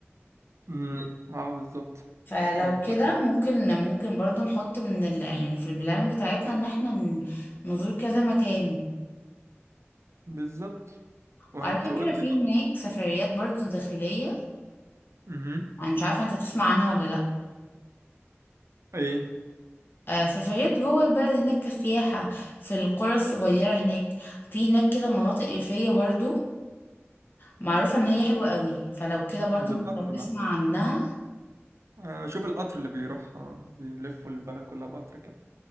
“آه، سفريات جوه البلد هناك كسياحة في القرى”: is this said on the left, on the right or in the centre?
Left